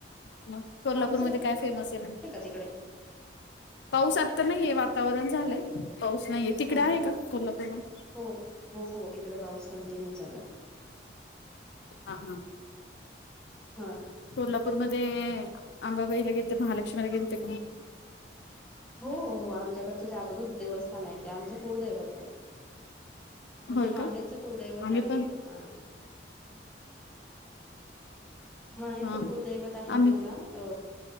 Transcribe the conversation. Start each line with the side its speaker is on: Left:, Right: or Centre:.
Left: मग कोल्हापूरमध्ये
Centre: पाऊस आहे
Left: काय फेमस आहे मग?
Centre: का तिकडे
Left: पाऊस आत्ता नाहीये वातावरण झालंय पाऊस नाहीये, तिकडे
Centre: हा
Left: आहे
Centre: हा
Left: का कोल्हापूर मध्ये?
Centre: हो हो, हो हो, इकडे पाऊस कंटिन्यू चालुय.
Left: हा हा
Centre: हा
Left: कोल्हापूरमध्ये अंबाबाईला गेल ते, महालक्ष्मीला गेले होते का म
Centre: हो हो आमच्याकडचं जागृत देवस्थान आहे ते, आमचं कुळदैवत आहे. म्हणजे
Left: होय
Centre: माहेरचं
Left: का
Centre: कुळदैवत
Left: आम्ही
Centre: आहे,
Left: पण
Centre: हा. माहेरच
Left: हा
Centre: कुळदैवत आहे
Left: आम्ही
Centre: मला अ.